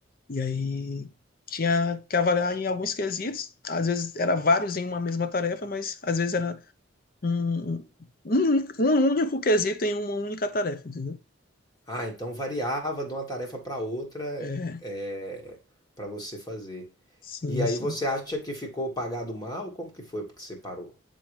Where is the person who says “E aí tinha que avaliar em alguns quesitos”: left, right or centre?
Left